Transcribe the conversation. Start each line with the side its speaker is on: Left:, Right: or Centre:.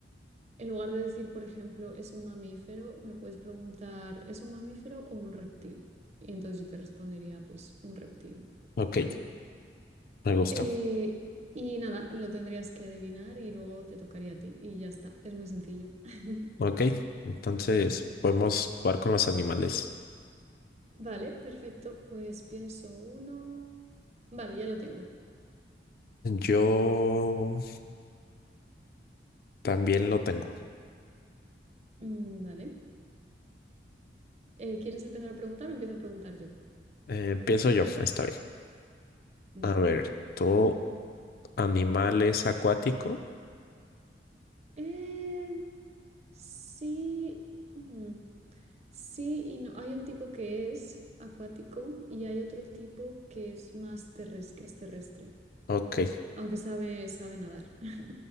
Right: en lugar de decir, por ejemplo, ¿es un mamífero? Me puedes preguntar, ¿es un mamífero o un reptil? Y entonces yo te respondería, pues, un reptil.
Left: Ok,
Right: ¿Ok?
Left: me gusta.
Right: Eh, y nada, lo tendrías que adivinar y luego te tocaría a ti. Y ya está, es muy sencillo. <laughs>
Left: Ok, entonces podemos jugar con los animales.
Right: Vale, perfecto. Pues pienso uno. Vale, ya lo tengo.
Left: Yo también lo tengo.
Right: Mm, vale. Eh, ¿quieres empezar a preguntar o empiezo a preguntar yo?
Left: Eh, empiezo yo, esta vez.
Right: Vale.
Left: A ver, ¿tu animal es acuático?
Right: Eh, sí. mm, sí y no. Hay un tipo que es acuático y hay otro tipo que es más terrestre, que es terrestre,
Left: Ok,
Right: aunque sabe, sabe nadar. <laughs>